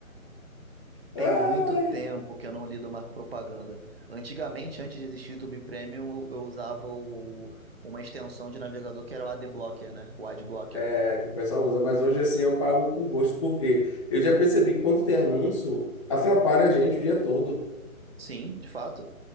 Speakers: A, on the right; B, on the left.
A: tem
B: <laughs>
A: muito tempo que eu não lido mais com propaganda. Antigamente, antes de existir o YouTube Premium, eu, eu usava o- uma extensão de navegador que era o ad blocker né? O ad blocker
B: é, que o pessoal usa, mas hoje assim eu pago com gosto, porque eu já percebi que quando tem anúncio, atrapalha a gente o dia todo,
A: Sim, de fato.